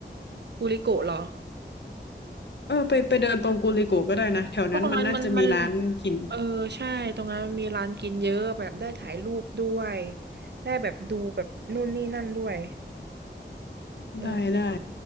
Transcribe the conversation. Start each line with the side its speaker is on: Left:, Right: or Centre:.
Right: กูริโกะเหรอ
Left: เออไปไปเดินตรงกูลิโกะก็ได้นะแถวนั้นมันน่าจะมีร้านกิน
Right: เพราะตรงนั้นมันมันเออใช่ตรงนั้นมันมีร้านกินเยอะแบบได้ถ่ายรูปด้วยได้แบบดูแบบนู่นนี่นั่นด้วยเออ
Left: ได้ได้